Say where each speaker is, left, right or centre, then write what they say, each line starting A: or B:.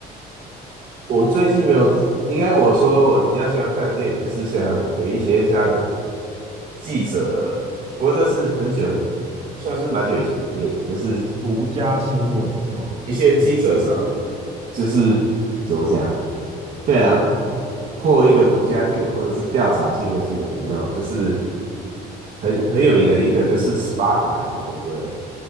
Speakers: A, on the right; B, on the right.
A: 我最近没有，应该我说我比较喜欢看的电影就是像有一些像记者，不过这是很久，算是蛮久以前的电影，就是
B: 独家新闻是吗？
A: 一些记者找，
B: 是这部？
A: 就是怎么讲，对啊，破破一个独家新闻或者是调查性的新闻有没有？就是很很有名的一个就是 Spotlight 嘛，对不对？